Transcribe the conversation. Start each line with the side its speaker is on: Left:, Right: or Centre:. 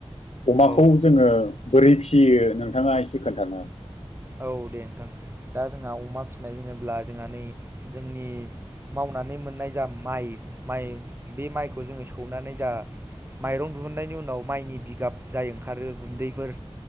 Left: अमाखौ
Right: औ
Left: जोङो बोरै फियो नोंथाङा एसे खोन्थाना
Right: औ दे नोंथां दा जोंहा अमा फिसिनाय होनोब्ला जोंहा नै जोंनि मावनानै मोननाय जा माइ माइ बे माइखौ जोङो सौनानै जा माइरं दिुहुननायनि उनाव माइनि बिगाब जाय ओंखारो गुन्दैफोर